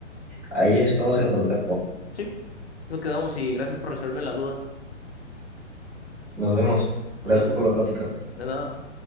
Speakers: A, on the right; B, on the left.
A: ahí estamos en contacto.
B: sí, eso quedamos y gracias por resolverme la duda.
A: Nos vemos.
B: Nos
A: Gracias
B: vemos.
A: por la plática.
B: De nada.